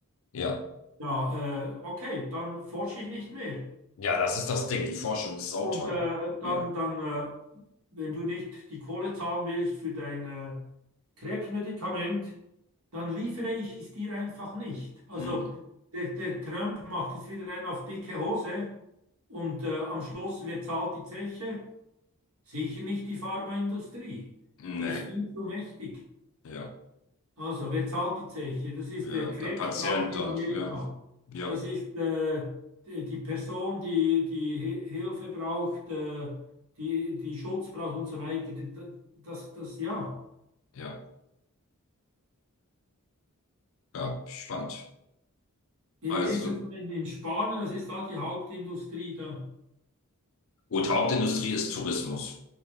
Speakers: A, on the left; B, on the right.
A: ja.
B: Ja, äh, okay, dann forsche ich nicht mehr.
A: Ja, das ist das Ding. Die Forschung ist sauteuer.
B: Und äh, dann,
A: Ja.
B: dann äh, wenn du nicht die Kohle zahlen willst für dein äh, Krebsmedikament, dann liefere ich es dir einfach nicht. Also
A: Hm.
B: der, der Trump macht jetzt wieder einen auf dicke Hose und äh, am Schluss, wer zahlt die Zeche? Sicher nicht die Pharmaindustrie.
A: Nee.
B: Die ist viel zu mächtig.
A: Ja.
B: Also, wer zahlt die Zeche? Das ist
A: Ja.
B: der Krebskranke
A: Der Patient dann.
B: in Amerika.
A: Ja. Ja.
B: Das ist äh, die die Person, die, die Hi- Hilfe braucht, äh, die, die Schutz braucht und so weiter. Das, das, ja.
A: Ja. Ja. Spannend.
B: Wie,
A: Also,
B: wie ist es in, in Spanien? Was ist da die Hauptindustrie da?
A: gut, Hauptindustrie ist Tourismus.